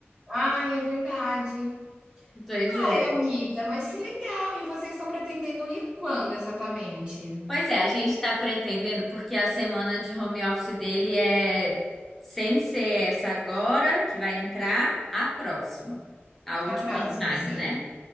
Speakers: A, on the right; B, in the centre.
A: Ai, é verdade.
B: Pois
A: Ai,
B: é.
A: amiga, mas que legal. E vocês estão pretendendo ir quando exatamente?
B: Pois é, a gente tá pretendendo, porque a semana de home office dele é sem ser essa agora, que vai entrar, a próxima, a última
A: A próxima,
B: de maio,
A: sim.
B: né?